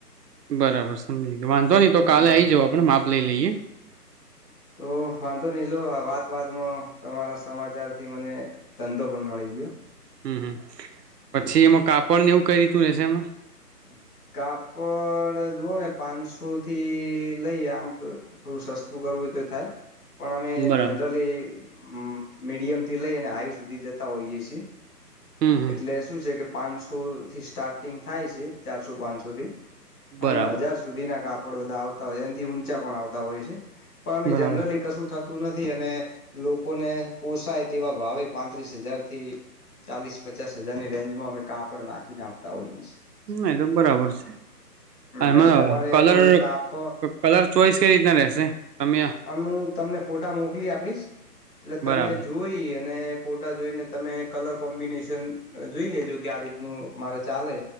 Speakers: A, on the right; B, on the left.
A: બરાબર સમજી વાંધો નહી તો કાલે
B: બરાબર
A: આઈ જાવ. આપણે માપ લઈ લઈએ.
B: તો વાંધો નઈ લો વાત માં તમારા સમાચાર થી, મને ધંધો પણ મળી ગયો.
A: હમ્મ હમ્મ પછી
B: હમ
A: એમાં કાપડને એવું કઈ રીતનું રેશે એમાં?
B: <inaudible> કાપડ જોવો ને પાંચસો થી લઈ આમ તો થોડું સસ્તું કરવું <unintelligible> તો થાય પણ અમે
A: બરાબર
B: જનરલી મ મીડિયમ થી લઈ અને હાઈ સુધી જતા હોઈએ છીએ. એટલે
A: હમ હમ
B: શું છે કે પાંચસો થી સ્ટાર્ટિંગ થાય છે. ચારસો પાંચસો થી.
A: બરાબર
B: અને હજાર સુધી ના કાપડ બધા આવતા હોય, એનાથી ઊંચા પણ આવતા હોય છે. પણ
A: બરાબર
B: જનરલી કશું થ તું નથી. અને લોકોને પોષાય તેવા ભાવે પાંત્રીસ હજાર થી ચાલીસ પચાસ હજાર ની રેન્જમાં અમે કાપડ નાખીને આપતા હોઈશ.
A: ના એ તો બરાબર છે.
B: હમ
A: એમાં
B: એટલે તમારે
A: કલર,
B: હું કાપ
A: કલર ચોઈસ કઈ રીતના રહેશે? તમે
B: આમુ તમને ફોટા મોકલી આપીશ. એટલે તમે
A: બરાબર
B: જોઈ અને ફોટા જોઈને તમે કલર કોમ્બિનેશન જોઈ લેજો. કે આ રીતનું મારે ચાલે